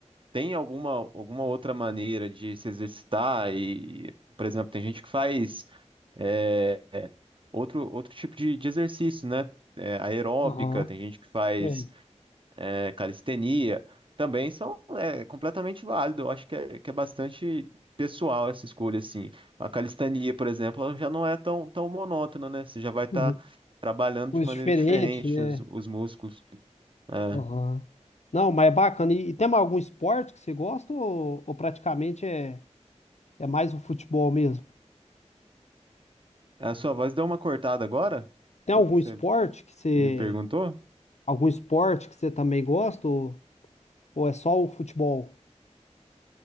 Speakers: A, on the right; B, on the left.
A: tem alguma, alguma outra maneira de se exercitar e, e, por exemplo, tem gente que faz eh, outro, outro tipo de, de exercício, né? eh, aeróbica,
B: Aham.
A: tem gente que faz
B: Sei.
A: é, calistenia, também são é, completamente válido. Eu acho que é, que é bastante pessoal essa escolha, assim. A calistenia, por exemplo, ela já não é tão, tão monótona, né? Você já vai estar
B: Uhum.
A: trabalhando
B: Coisa
A: de maneira
B: diferente,
A: diferente
B: né?
A: os, os músculos. É.
B: Aham. Não, mas é bacana. E, e tem algum esporte que você gosta ou, ou praticamente é, é mais o futebol mesmo?
A: A sua voz deu uma cortada agora?
B: Tem
A: O
B: algum
A: que que
B: esporte
A: você
B: que você,
A: me perguntou?
B: algum esporte que você também gosta ou, ou é só o futebol?